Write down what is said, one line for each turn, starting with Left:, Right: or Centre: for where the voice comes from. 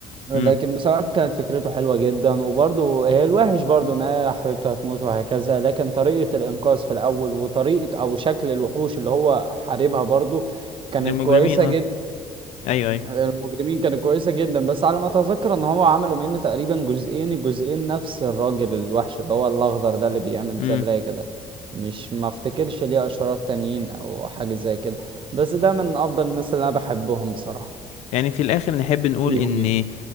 Right: لكن
Left: امم
Right: بصراحة كانت فكرته حلوة جدا وبرضه هي الوحش برضه ان هي حبيبته هتموت وهكذا لكن طريقة الانقاذ في الاول وطريقة او شكل الوحوش اللي هو حاربها برضه كانت
Left: المجرمين
Right: كويسة
Left: اه
Right: جدا
Left: ايوه ايوه
Right: المجرمين كانت كويسة جدا بس على ما اتذكر ان هو عملوا منه تقريبا جزئين الجزئين نفس الراجل الوحش اللي هو الاخضر ده اللي بيعمل
Left: امم.
Right: زلاجة ده مش ما افتكرش ليه اشرار تانيين او حاجة زي كده بس ده من افضل الناس اللي انا بحبهم بصراحة
Left: يعني في الآخر نحب نقول
Right: فيهم
Left: إن
Right: يعني